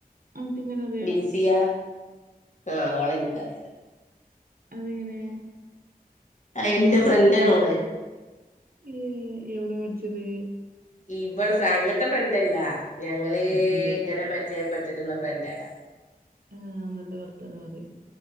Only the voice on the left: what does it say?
ബിൻസിയ ആഹ് ഓളെ എനിക്കറിയാം.
എന്റെ ഫ്രണ്ട് ആണ് ഓള്.
ഇവിടെ അങ്ങനത്തെ ഫ്രണ്ട് അല്ല ഞങ്ങള്
ഇങ്ങനെ പരി രിചയപ്പെട്ടിട്ടുള്ള ഫ്രണ്ട് ആണ്.